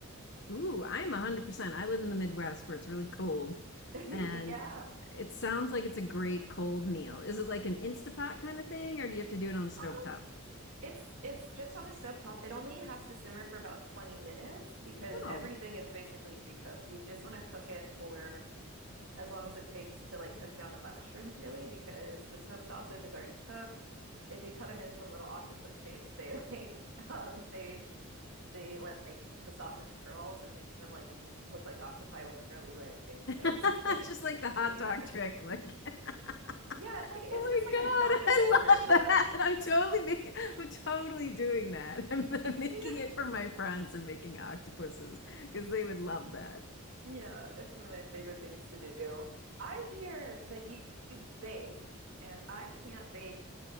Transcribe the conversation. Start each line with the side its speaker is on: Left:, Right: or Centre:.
Left: Ooh, I'm 100%. I live in the Midwest where it's really cold
Right: <laughs>
Left: and
Right: Yeah.
Left: it sounds like it's a great cold meal. Is it like an Instapot kind of thing or do you have to do it on the stovetop?
Right: Um, it's it's just on the stovetop. It only has to simmer for about 20 minutes because
Left: Oh.
Right: everything is basically pre-cooked. You just want to cook it for as long as it takes to like cook down the mushrooms, really, because the smoked sausage is already cooked. If you cut them into little octopus shapes, they <laughs> like um they they like, like the sausage curls and makes them like look like octopi with curly legs.
Left: <laughs>
Right: So <laughs> it's kind of
Left: Just
Right: cute
Left: like
Right: to
Left: the hot
Right: do
Left: dog
Right: that.
Left: trick, like <laughs>
Right: Yeah, it's like it's
Left: Oh
Right: just like
Left: my God,
Right: a dump and
Left: I
Right: simmer.
Left: love
Right: Yeah.
Left: that.
Right: <laughs>
Left: I'm totally making, I'm totally doing that. <laughs> I'm, I'm making
Right: Yeah.
Left: it for my friends. and making octopuses because they would love that.
Right: Yeah. It's one of my favorite things to do. I hear that you, you bake and I can't bake